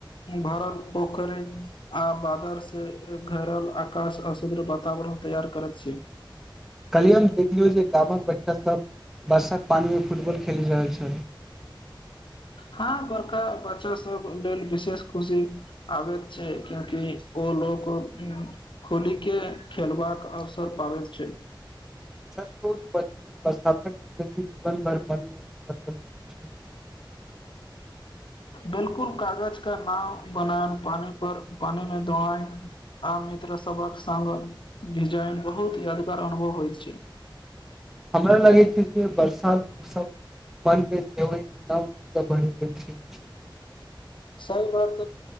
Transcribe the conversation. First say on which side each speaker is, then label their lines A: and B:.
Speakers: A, on the left (about 70°); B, in the centre.
A: भर पोखरी आ आदर्श घैरल आकाश अशद वातावरण तैयार करैत छै
B: ह कल्हि हम देखियौ जे गामक बच्चासभ वरषाक पानमे फुटबॉल खेलि रहल छल ह
A: हाँ बड़का बच्चा सब लेल विशेष खुशी आबैत छै क्यूंकि ओ लोग खोली के खेलबाक अवसर पाबैत छै
B: ह <inaudible> सच कह त बचपनमे जीवन भर मन नहि पस हो छै ह <inaudible> ह <inaudible>
A: बिलकुल कागज क नाम बनाए पानी पर पानी मे दोआए आम मित्रसँ सबक संगग डिजाइन बहुत यादगार अनुभव होयइत छै
B: हमरा लगै छै जे बरसात मस मनमे से न ऊर्जा ब छै
A: सही बात